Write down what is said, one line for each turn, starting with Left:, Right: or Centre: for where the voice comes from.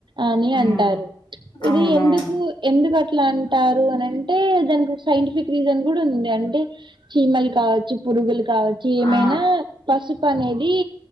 Right: అని
Left: ఉహు
Right: అంటారు ఇది
Left: అవునవును
Right: ఎందుకు ఎందుకు అట్లా. అట్లా అంటారు అనంటే దానికి ఒక సైంటిఫిక్ రీజన్ కూడా ఉంది అంటే చీమలు కావచ్చు పురుగులు కావచ్చు ఏమైనా
Left: ఆ
Right: పసుపు అనేది.